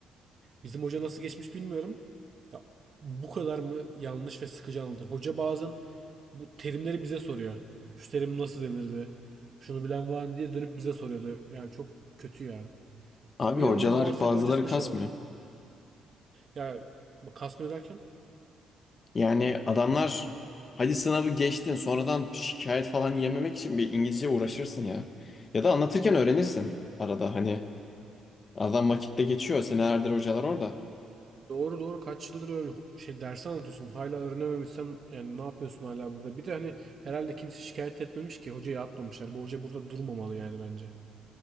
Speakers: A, on the right; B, on the left.
A: Bizim hoca nasıl geçmiş bilmiyorum. Ya, bu kadar mı yanlış ve sıkıcı anlatır? Hoca bazen bu terimleri bize soruyor. Şu terim nasıl denirdi? Şunu bilen var mı diye dönüp bize soruyordu. Yani çok kötü ya.
B: Abi
A: Bir
B: hocalar
A: ama muhasebe
B: bazıları
A: hocasına
B: kasmıyor.
A: şey oldu. Ya bu kasma derken
B: Yani adamlar hadi sınavı geçtin sonradan şikayet falan yememek için bir İngilizce uğraşırsın ya. Ya da anlatırken öğrenirsin arada hani adam vakitte geçiyor senelerdir hocalar orada.
A: Doğru doğru kaç yıldır öyle şey ders anlatıyorsun hala öğrenememişsen yani ne yapıyorsun hala burada bir de hani herhalde kimse şikayet etmemiş ki hocayı atmamışlar bu hoca burada durmamalı yani bence.